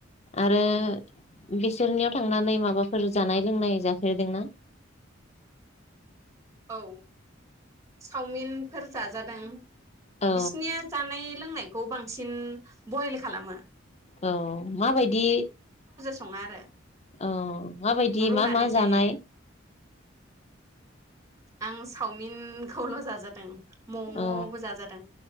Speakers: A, on the left (about 35°); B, on the right (about 15°).
A: आरो
B: औ
A: बिसोरनियाव थांनानै माबाफोर जानाय लोंनाय जाफेरदोंना?
B: औ सावमिनफोर जा जादों।
A: औ
B: बिसिनिया जानाय लोंनायखौ बांसिन बयेल खालामो।
A: औ मा बायदि?
B: सङो आरो
A: औ माबायदि
B: रुनानै
A: मा मा
B: जायो
A: जानाय?
B: आं सावमिनखौल जाजादों। ममबो
A: औ
B: जाजादों